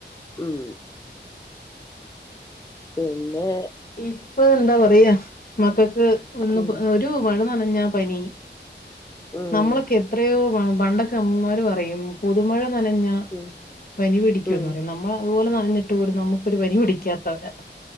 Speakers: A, on the left; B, on the left.
A: ഉം പിന്നെ
B: ഇപ്പൊ എന്താ പറയാ മക്കക്ക് ഒന്നുപ
A: ഉം
B: ഒരു മഴ നനഞ്ഞ പനി
A: ഉം
B: നമ്മളൊക്കെത്രയോ പണ്ടൊക്കെ അമ്മമാര് പറയും പുതുമഴ നനഞ്ഞ
A: ഉം
B: പനി പിടിക്ക്യുന്ന്
A: ഉം
B: പറയിം നമ്മള അതുപോലും നനഞ്ഞിട്ട് പോലും നമുക്കൊരു പനി പിടിക്കാത്തവരാ.